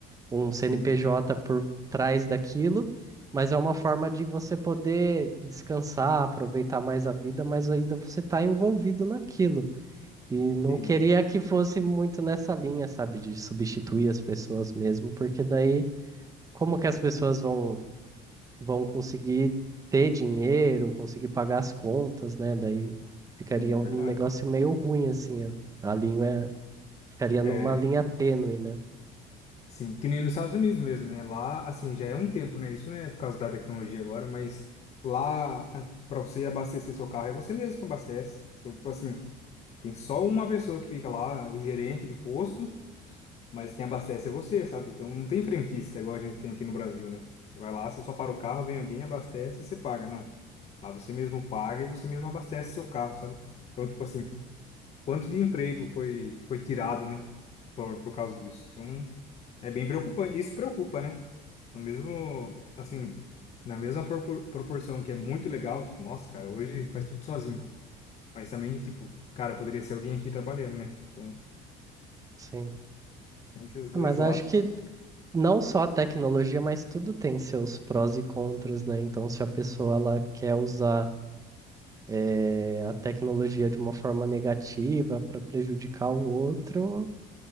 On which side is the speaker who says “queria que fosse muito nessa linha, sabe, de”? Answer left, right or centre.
Right